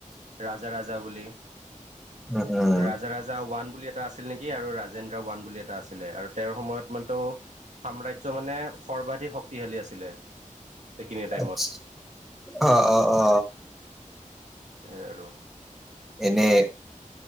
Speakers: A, on the right (about 60°); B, in the centre.
A: ৰাজা ৰাজা বুলি।
B: উম উম
A: ৰাজা ৰাজা ওৱান বুলি এটা আছিল নি কি আৰু ৰাজেন্দ্ৰ ওৱান বুলি এটা আছিলে আৰু তেওঁৰ সময়ত মানে তোৰ সাম্ৰাজ্য মানে সৰ্বাধিক শক্তিশালী আছিলে সেইখিনি টাইমত।
B: আচ্ছ- অ অ অ।
A: সেইয়াই আৰু।
B: এনেই